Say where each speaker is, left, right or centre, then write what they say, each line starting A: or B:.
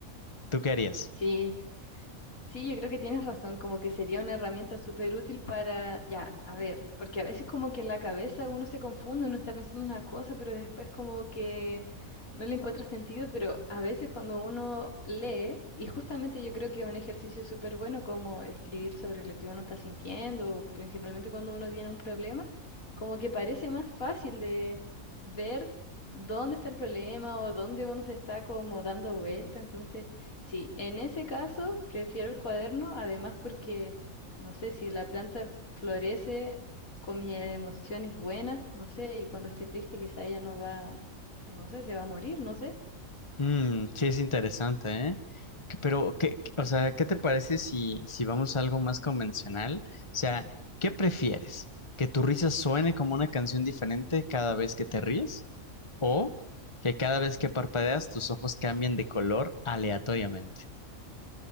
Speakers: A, on the left; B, on the left.
A: ¿Tú qué harías?
B: Sí, Sí, yo creo que tienes razón, como que sería una herramienta súper útil para, ya, a ver, porque a veces como que en la cabeza uno se confunde, uno está pensando una cosa, pero después como que no le encuentra sentido, pero a veces cuando uno lee, y justamente yo creo que es un ejercicio súper bueno como escribir sobre lo que uno está sintiendo, principalmente cuando uno tiene un problema, como que parece más fácil de ver dónde está el problema o dónde uno se está como dando vuelta, entonces... Sí, en ese caso prefiero el cuaderno, además porque, no sé, si la planta florece con mis emociones buenas, no sé, y cuando esté triste quizá ella no va, no sé, se va a morir, no sé.
A: Mm, sí, es interesante, ¿eh? Que- Pero, ¿qué, qué- o sea, ¿qué te parece si, si vamos a algo más convencional? O sea, ¿qué prefieres? ¿Que tu risa suene como una canción diferente cada vez que te ríes? ¿O que cada vez que parpadeas tus ojos cambien de color aleatoriamente?